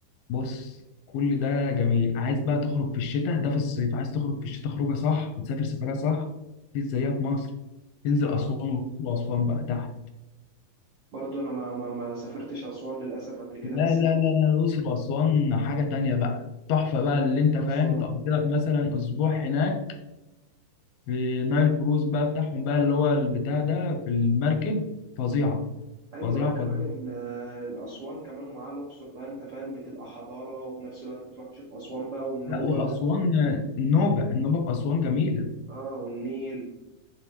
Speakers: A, on the left; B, on the right.
A: بص كل ده جميل عايز بقى تخرج في الشتاء ده في الصيف عايز تخرج في الشتاء خروجه صح وتسافر سفريه صح مفيش زيها في مصر تنزل
B: اه
A: اسوان والأقصر واسوان بقى تحت
B: برضه انا ما ما ما سافرتش اسوان للاسف قبل كده
A: لا
B: بس
A: لا
B: أنا
A: لا لا الأقصر وأسوان حاجة تانية بقى تحفة بقى اللي أنت
B: نفسي
A: فاهم
B: أروح
A: تقضي
B: اسوان
A: لك مثلا أسبوع هناك في نايل كروز بقى بتاعهم بقى اللي هو البتاع ده في المركب فظيعة
B: ايوه
A: فظيعة
B: ايوه كمان
A: فظيعة
B: ال- الاسوان كمان ومعاها الاقصر بقى انت فاهم بتبقى حضاره وفي نفس الوقت بتروح تشوف اسوان بقى والنوبه
A: لا وأسوان
B: و...
A: النوبة النوبة في أسوان جميلة
B: اه والنيل